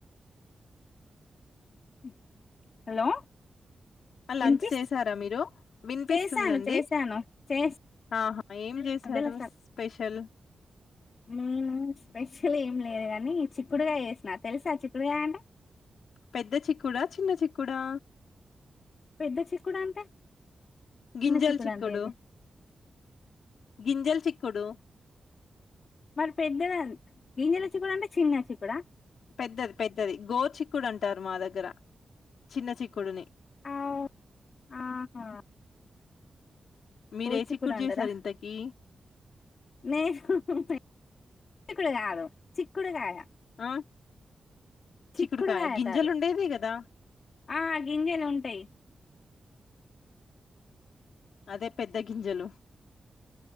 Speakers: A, on the left; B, on the left.
A: ఉమ్మ్ హలో
B: లంచ్
A: వినిపిస్త్
B: చేసారా మీరు వినిపిస్తుందండి.
A: చేశాను చేశాను చేస్
B: ఆహా ఏం చేశారు
A: మధ్యలో స్టక్
B: స్పెషల్
A: నేను స్పెషల్ ఏం లేదు. కానీ చిక్కుడుగాయ వేసినా తెలుసా చిక్కుడుకాయ అంటే
B: పెద్ద చిక్కుడా చిన్న చిక్కుడా
A: పెద్ద చిక్కుడు అంటే
B: గింజల్
A: చిన్న
B: చిక్కుడు
A: అంటే ఏంటి
B: గింజల్ చిక్కుడు
A: మరి పెద్ద గింజల చిక్కుడు అంటే చిన్న చిక్కుడా
B: పెద్దది పెద్దది గోరు చిక్కుడు అంటారు మా దగ్గర చిన్న చిక్కుడుని
A: ఆ ఆహా
B: మీరే
A: గోరు చిక్కుడా
B: చిక్కుడు
A: అంటారా
B: చేశారు ఇంతకీ
A: నే చి చిక్కుడు కాదు చిక్కుడు కాయ
B: ఆ
A: చిక్కుడు
B: చిక్కుడుకాయ
A: కాయ
B: గింజలు
A: కాదు
B: ఉండేదే కదా
A: ఆ గింజలు ఉంటాయి
B: అదే పెద్ద గింజలు